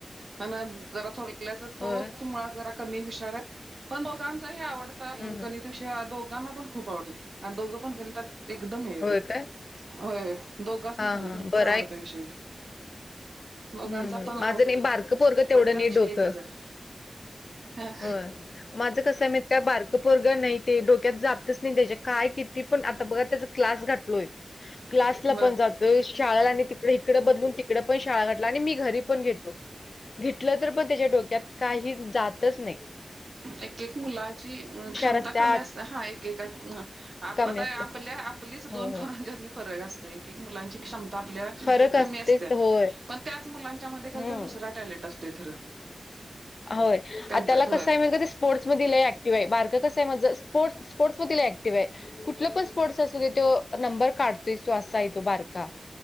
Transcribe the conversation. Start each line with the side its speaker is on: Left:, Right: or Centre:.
Right: पण जरा <inaudible> तो तो
Left: होय.
Right: मुळात जरा कमी हुशाराय. पण दोघांचा ही आवडता
Left: हं, हं.
Right: गणित विषय हा दोघ घाना पण खूप आवतोय आणि दोघं पण गणितात एकदम हेे येते
Left: होय काय?
Right: होय दोघांसनी
Left: हां,
Right: पण
Left: हां.
Right: भरपूर
Left: बरं
Right: आवडता विषय दोघांचा
Left: हम्म
Right: पण
Left: माझं नी बारकं पोरक
Right: आवडता
Left: तेवढं नी
Right: विषय
Left: डोकं
Right: एकच आहे
Left: होय. माझं कसं माहीत बारकं पोरगं नही ते डोक्यात जातच नाय त्याच्या काय किती पण आता बघा त्याच क्लास घातलोय क्लास ला
Right: बर.
Left: पण जातोय शाळेला आणि तिकड इकड बदलून तिकड पण शाळा घात ल आणि मी घरी पण घेतो. घेतलं तर पण त्याच्या डोक्यात काही जातच नाय.
Right: एक एक मुलाची क्षमता
Left: असत्यात.
Right: कमी असत हा एकएक का आप
Left: कमी
Right: आता
Left: असते.
Right: या आपल्या आपलीच
Left: हो
Right: दोन
Left: हो
Right: पोरांच्यातनी फरक असतोय एक एक मुलांची क्षमता आपल्या
Left: फरक असतेच
Right: कमी असत
Left: होय.
Right: पण त्याच मुलांच्या मध्ये कायतर
Left: हम्म.
Right: दुसरा टॅलेंट असतोय खरं
Left: होय
Right: त्यांच्यात
Left: आत त्याला
Right: होय
Left: कसं हाय <unintelligible> स्पोर्टस मध्ये लई ऍक्टिव्ह हाय बारक कस हाय माझं स्पोर्ट्स स्पोर्ट्समध्ये लई ऍक्टिव्ह ये. कुठलं पण स्पोर्ट्स असू दे त्यो नंबर काढतोयचं तो असाय तो बारका